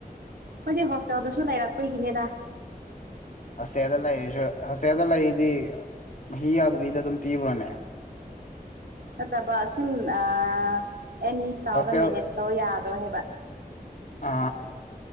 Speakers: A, on the right; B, on the left.
A: ꯈꯣꯏꯗꯤ ꯍꯣꯁꯇꯦꯜꯗꯁꯨ ꯂꯩꯔꯛꯄꯒꯤꯅꯤꯗ
B: ꯍꯣꯁꯇꯦꯜꯗ ꯂꯩꯔꯁꯨ ꯍꯣꯁꯇꯦꯜꯗ ꯂꯩꯔꯤꯗꯤ ꯃꯍꯤ ꯌꯥꯗꯕꯤꯗ ꯑꯗꯨꯝ ꯄꯤꯕ꯭ꯔꯣꯅꯦ
A: ꯅꯠꯇꯕ ꯑꯁꯨꯝ ꯑꯁ ꯑꯦꯅꯤ ꯏꯁꯇꯥꯏꯟꯗ
B: ꯍꯣꯁꯇꯦꯜ
A: ꯃꯦꯅꯦꯖ ꯇꯧ ꯌꯥꯗ꯭ꯔꯣ ꯍꯥꯏꯕ
B: ꯑ